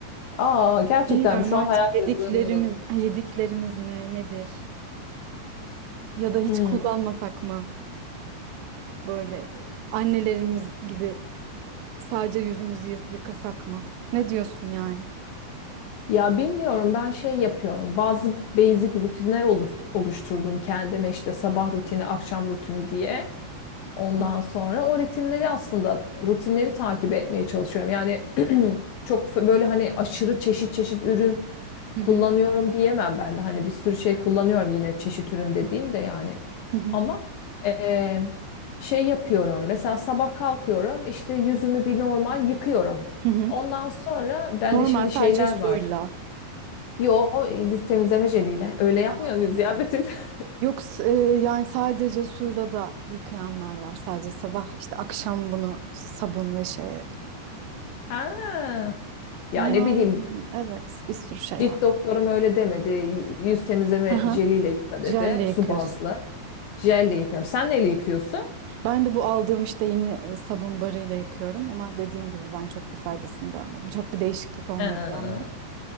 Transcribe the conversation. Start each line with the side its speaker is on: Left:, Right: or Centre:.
Left: Aa gerçekten
Right: Bilmiyorum
Left: mi? Şu
Right: artık
Left: an hayal
Right: yediklerimiz
Left: kırıklığına uğradım.
Right: yediklerimiz mi nedir ya da hiç
Left: Hmm.
Right: kullanmasak mı böyle e, annelerimiz gibi Sadece yüzümüzü yı- yıkasak mı? Ne diyorsun yani?
Left: Ya bilmiyorum ben şey yapıyorum. Bazı basic rutinler olur- oluşturdum kendime işte sabah rutini, akşam rutini diye. Ondan
Right: Hı hı.
Left: sonra o rutinleri aslında rutinleri takip etmeye çalışıyorum. Yani <clears throat> çok f- böyle hani aşırı çeşit çeşit ürün
Right: Hı
Left: kullanıyorum
Right: hı,
Left: diyemem ben de. Hani bir sürü şey kullanıyorum yine çeşit ürün dediğim de yani.
Right: hı hı,
Left: Ama eee, şey yapıyorum. Mesela sabah kalkıyorum işte yüzümü bir normal yıkıyorum.
Right: hı hı.
Left: Ondan sonra bende
Right: Normal
Left: şimdi
Right: sadece
Left: şeyler
Right: suyla.
Left: var. Yo yüz temizleme jeliyle öyle yapmıyor
Right: Aha.
Left: muyuz ya Betül? <laughs>
Right: Yok s- e, yani sadece suyla da yıkayanlar var. Sadece sabah işte akşam bunu sabun ve şeye.
Left: Ha. Ya
Right: Yani
Left: ne bileyim
Right: evet bir sürü şey
Left: Cilt
Right: var.
Left: doktorum öyle demedi. Y- Yüz temizleme
Right: Aha.
Left: jeliyle yıka dedi.
Right: Jelle
Left: Su
Right: yıkıyorsun.
Left: bazlı. Jelle yıkıyorum. Sen neyle yıkıyorsun?
Right: Ben de bu aldığım işte yeni e, sabun barıyla yıkıyorum ama dediğim gibi ben çok bir faydasını görmedim. Çok bir değişiklik olmadı
Left: Ha.
Right: yani.